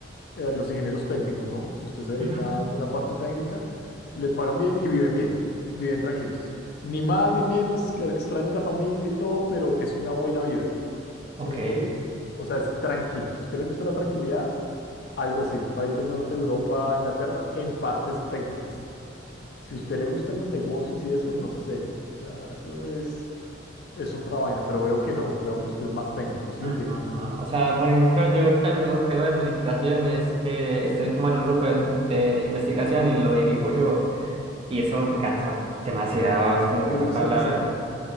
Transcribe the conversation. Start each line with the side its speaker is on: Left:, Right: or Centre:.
Left: eh, los ingenieros técnicos, ¿no? Si usted se dedica
Right: Ujú.
Left: a alguna parte técnica, le pagan bien y viven bien, viven tranquilos. Ni más ni menos, que extrañen la familia y todo, pero es una buena vida,
Right: Ok.
Left: ¿sí me entiende? O sea, es tranquila. Si a usted le gusta la tranquilidad, algo así, un país del norte de Europa, Inglaterra, en partes técnicas. Si a usted le gustan los negocios y eso, no sé. O sea, eso es, es otra vaina, pero veo que no, veo que usted es más técnico, ¿sí
Right: Ah,
Left: o qué?
Right: no, no. no. O sea, por ejemplo, yo ahorita lo único que hago de administración es que estoy como en un grupo de, de investigación y lo dirijo yo. Y eso me cansa demasiado. Es como que
Left: No
Right: toca
Left: le gustan
Right: hablar.
Left: ni cinco.